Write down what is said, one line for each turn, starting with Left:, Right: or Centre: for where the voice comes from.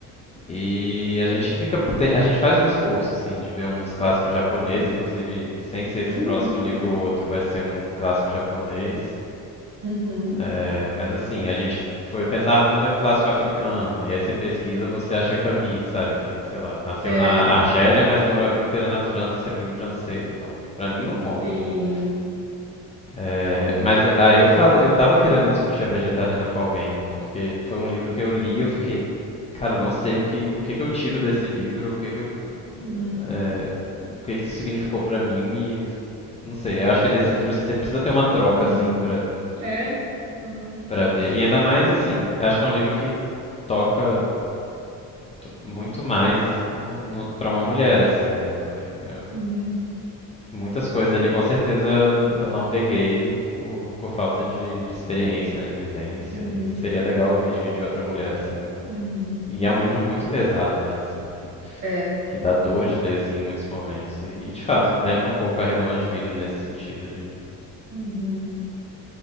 Left: E a gente fica, tem- a gente faz um esforço assim de ver uns clássicos japoneses, inclusive sem ser esse
Right: Uhum.
Left: próximo livro ou outro, vai ser um clássico japonês.
Right: Uhum.
Left: É, mas assim, a gente foi pensar, ah, vamos ler um clássico africano. E aí você pesquisa, você acha Camus, sabe? Que, sei lá, nasceu
Right: É.
Left: na Argélia, mas morou a vida inteira na França, escrevia em francês. Então, pra mim não conta,
Right: Sim.
Left: assim. É,
Right: É verdade.
Left: mas aí eu falei, eu tava querendo discutir a vegetariana com alguém, porque foi um livro que eu li e eu fiquei, cara, eu não sei o que, o que que eu tiro desse livro, o que que eu
Right: Uhum,
Left: é, o que que isso significou pra mim e não sei, eu acho que é desses livros que você precisa ter uma troca
Right: uhum.
Left: assim pra
Right: É? Uhum,
Left: para ver. E ainda mais assim, eu acho que é um livro que toca t- muito mais no, no, para uma mulher assim, né? Porque é,
Right: uhum,
Left: muitas coisas ali com certeza n- eu não peguei por, por falta de, de experiência, né, de vivência
Right: uhum,
Left: e seria legal ouvir de, de outra mulher assim. É,
Right: uhum.
Left: E é um livro muito pesado, né, assim. é.
Right: É.
Left: que dá dor de ler assim em muitos momentos e, e, de fato lembra um pouco a redoma de vidro nesse sentido de
Right: Uhum.